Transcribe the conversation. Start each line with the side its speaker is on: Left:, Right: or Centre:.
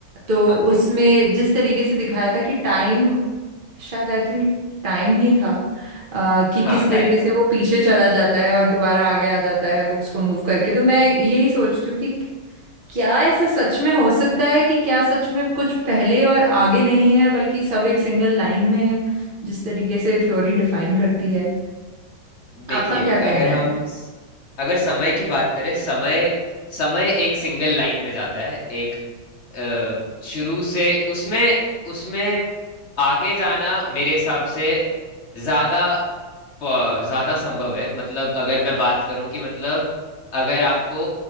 Right: तो
Left: हाँ जी
Right: उसमें जिस तरीके से दिखाया था कि टाइम शायद आई थिंक टाइम ही था आ, कि किस
Left: हाँ
Right: तरीके
Left: टाइम
Right: से
Left: था
Right: वो पीछे चला जाता है और दोबारा आगे आ जाता है बुक्स को मूव करके तो मैं यही सोचती हूँ कि क्या ऐसा सच में हो सकता है कि क्या सच में कुछ पहले और आगे नहीं है बल्कि सब एक सिंगल लाइन में है जिस तरीके से थ्योरी डिफाइन करती है
Left: देखिए
Right: आपका क्या कहना
Left: अगर
Right: है
Left: हम स- अगर समय की बात करें समय समय एक सिंगल लाइन में जाता है एक अ, शुरू से उसमें उसमें आगे जाना मेरे हिसाब से ज्यादा फ- ज्यादा संभव है मतलब अगर मैं बात करूं कि मतलब अगर आपको